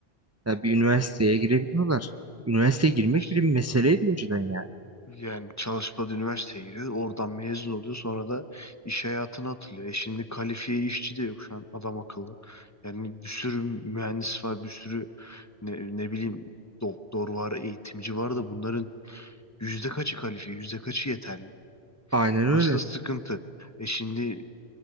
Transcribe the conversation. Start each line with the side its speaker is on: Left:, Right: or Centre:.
Right: ya bir üniversiteye girebiliyorlar. Üniversiteye girmek
Left: İş-
Right: bile bir meseleydi önceden yani.
Left: Yani çalışmadı üniversiteye giriyor. Oradan mezun oluyor. Sonra da iş hayatına atılıyor. E şimdi kalifiye işçi de yok şu an adam akıllı. Yani bir sürü mühendis var. Bir sürü ne, ne bileyim doktor var, eğitimci var da bunların Yüzde kaçı kalifiye, yüzde kaçı yeterli?
Right: Aynen
Left: Orası
Right: öyle.
Left: da sıkıntı. E şimdi